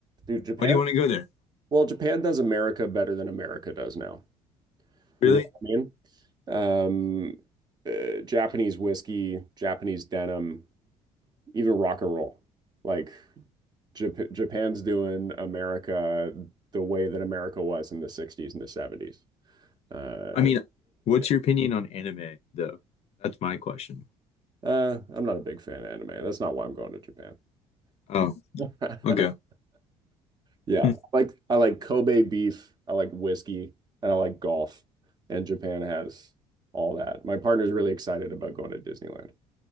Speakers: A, on the right (about 30°); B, on the left (about 55°).
A: dude, Japan.
B: Why do you want to go there?
A: Well, Japan does America better than America does now. You
B: Really?
A: know what I mean? Um, uh, Japanese whiskey, Japanese denim, even rock and roll. Like Jap Japan's doing America the way that America was in the 60s and the 70s. Uh,
B: I mean, what's
A: yeah.
B: your opinion on anime, though? That's my question.
A: uh, I'm not a big fan of anime. That's not why I'm going to Japan.
B: Oh,
A: <laughs>
B: okay.
A: Yeah,
B: Hmm.
A: like I like Kobe beef, I like whiskey, and I like golf. And Japan has all that. My partner's really excited about going to Disneyland.